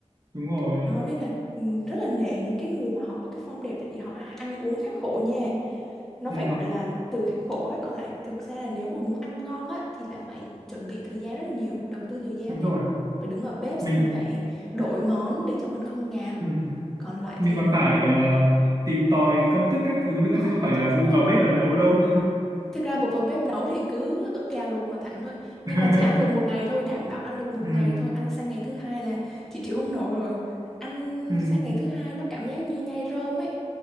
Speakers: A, on the right; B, in the centre.
A: đúng rồi
B: đó nên là ừm, rất là nể những cái người mà họ có cái form đẹp tại vì họ ăn uống khắc khổ nha nó
A: ừ
B: phải gọi là từ khắc khổ ấy còn lại thực ra là nếu mà muốn ăn ngon á thì lại phải chuẩn bị thời gian rất là nhiều đầu tư thời gian
A: đúng
B: ấy
A: rồi
B: phải đứng ở bếp
A: mình
B: xong rồi phải đổi món để cho mình không ngán
A: ừ.
B: còn lại
A: mình
B: thì
A: còn phải ờ, tìm tòi công thức các thứ nữa
B: ồ
A: chứ
B: oh,
A: có phải
B: chính
A: là bụp
B: xác
A: vào bếp là nấu đâu
B: thực ra bột vào bếp nấu thì cứ ức gà luộc mà thẳng thôi nhưng
A: <laughs>
B: mà chỉ ăn được một ngày thôi đảm bảo ăn được một
A: ừ.
B: ngày thôi ăn sang ngày thứ hai là chị chịu không nổi rồi ăn
A: Ừ.
B: sang ngày thứ hai nó cảm giác như nhai rơm ấy